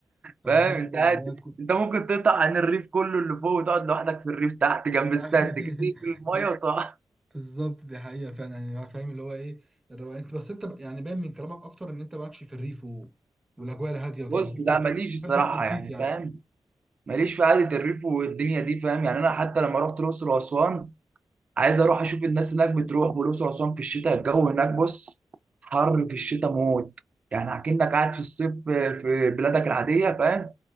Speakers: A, on the right; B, on the right.
A: طب
B: فاهم
A: بجد
B: أنت
A: والله
B: قاعد
A: كنت
B: أنت ممكن تقطع عن الريف كله اللي فوق وتقعد لوحدك في الريف تحت جنب
A: <laughs>
B: السد كتير في المية وتقعد
A: بالظبط دي حقيقة فعلا يعني هو فاهم اللي هو ايه الروقان انت بس انت ب- يعني باين من كلامك اكتر ان انت مالكش في الريف و... والاجواء الهادية
B: <laughs>
A: وكده
B: بص
A: بتحب
B: لا ماليش الصراحة
A: بتحب التنطيط
B: يعني
A: يعني
B: فاهم ماليش في قعدة الريف والدنيا دي فاهم يعني أنا حتى لما رحت الأقصر وأسوان عايز اروح اشوف الناس هناك بتروح والاقصر واسوان في الشتاء الجو هناك بص حر في الشتاء موت يعني اكنك قاعد في الصيف في بلادك العاديه فاهم